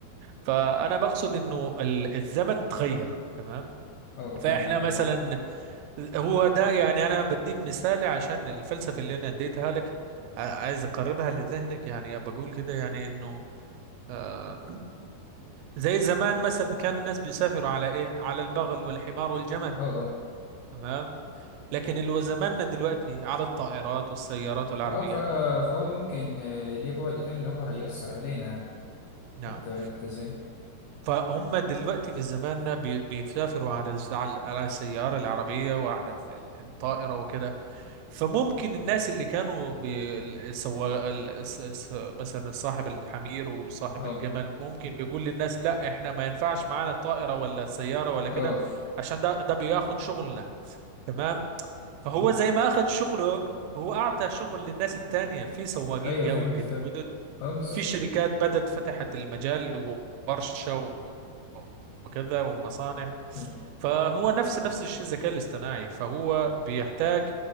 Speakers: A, on the right; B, on the left.
A: فأنا بقصد إنه ال- الزمن تغير تمام
B: اه آه، فاهمك
A: فإحنا
B: فاهم
A: مثلا هو ده يعني أنا بديك مثال عشان الفلسفة اللي أنا اديتها لك ع- عايز أقربها لذهنك يعني بقول كده يعني إنه آه زي زمان مثلا كان الناس بيسافروا على ايه على البغل والحمار والجمل
B: اه اه
A: تمام لكن اللي هو زماننا دلوقتي على الطائرات والسيارات والعربيات
B: اه ف- فهو ممكن آه، ليه بعد تاني اللي هو هيأثر علينا يعني
A: نعم
B: خدت بالك انت ازاي
A: فهم دلوقتي في زماننا بي- بيتسافروا على على على السيارة العربية وعلى ال- ال- الطائرة وكده فممكن الناس اللي كانوا بي- ال- سوا ال- الس- الس- مثلا صاحب الحمير وصاحب
B: اه
A: الجمل ممكن بيقول للناس لا احنا ما ينفعش معانا الطائرة ولا السيارة ولا
B: اه
A: كده عشان ده ده بياخد شغلنا تمام فهو
B: م.
A: زي ما اخذ شغلك هو اعطى شغل للناس التانية في سواقين
B: ايوه
A: جو-
B: فهمت
A: جد-
B: فهمت
A: جدد
B: اه بالظبط
A: في شركات بدت فتحت المجال ورشة و- وكذا ومصانع
B: م-
A: فهو نفس نفس الشيء الذكاء الاصطناعي فهو بيحتاج